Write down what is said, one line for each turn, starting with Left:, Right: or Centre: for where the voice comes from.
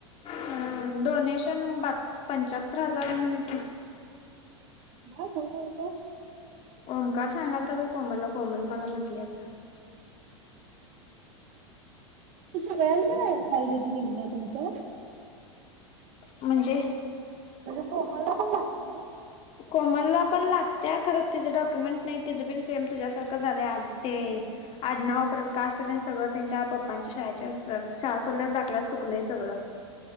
Left: हम्म डोनेशन बात पंचाहत्तर हजार आहे म्हणे कि.
Right: <unintelligible>
Left: ओमकार सांगालता बाई कोमलला कोमल मला म्हटली आता.
Right: सगळ्यांच्या <unintelligible> निघला तुमच्या.
Left: म्हणजे?
Right: म्हणजे कोमलला पण वाटत ना?
Left: कोमलला पण लागत्या खरं तिचं डॉक्युमेंट नाही तिचं पण सेम तुझ्यासारखं झाले <unintelligible> ते आडनाव परत काष्ट ते न सगळं त्यांच्या पप्पांच्या शाळाच्या <unintelligible> शाळा सोडलेल्या दाखल्यात चुकलय स बर.